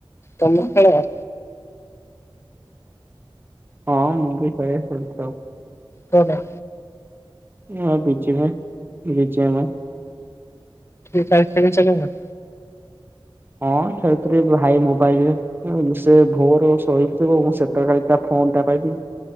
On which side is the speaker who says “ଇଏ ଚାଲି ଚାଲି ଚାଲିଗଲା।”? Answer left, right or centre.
Left